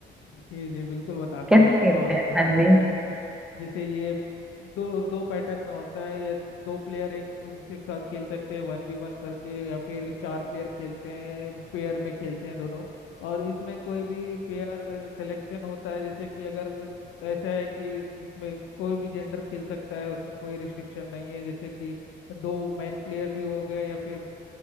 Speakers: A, on the left (about 90°); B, in the centre.
A: जी जी बिल्कुल बताते
B: कैसे
A: हैं आपको
B: खेलते
A: और
B: हैं
A: जहाँ
B: हाँ
A: तक
B: जी
A: है कि जैसे ये दो दो पैटर्न में होता है ये दो प्लेयर एक दूसरे के साथ खेल सकते हैं वन वी वन करके या फिर चार प्लेयर खेलते हैं पेयर में खेलते हैं दोनों और इसमें कोई भी पेयर सिलेक्शन होता है जैसे कि अगर ऐसा है कि इसमें कोई भी जेंडर खेल सकता है उसमें कोई रिस्ट्रिक्शन नहीं है जैसे कि दो मैन प्लेयर भी हो गए या फिर